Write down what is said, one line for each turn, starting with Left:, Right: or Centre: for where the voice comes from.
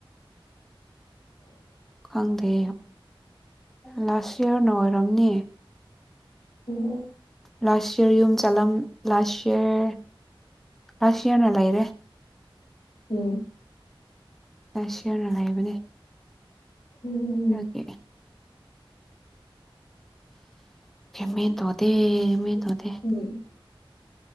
Left: <unintelligible>
Centre: ꯈꯪꯗꯦ ꯂꯥꯁ ꯏꯌꯥꯔꯅ ꯑꯣꯏꯔꯝꯅꯦ
Left: ꯎꯝ
Centre: ꯂꯥꯁ ꯌꯔ ꯌꯨꯝ ꯆꯠꯂꯝ ꯂꯥꯁ ꯌꯔ ꯂꯥꯁ ꯌꯔꯅ ꯂꯩꯔꯦ
Left: ꯎꯝ
Centre: ꯂꯥꯁꯇ꯭ ꯌꯦꯥꯔ ꯗꯥ ꯂꯩꯕꯅꯦ
Left: ꯎꯝ
Centre: ꯑꯣꯀꯦ ꯃ ꯊꯣꯗꯦ ꯃ ꯊꯧꯗꯦ
Left: ꯎꯝ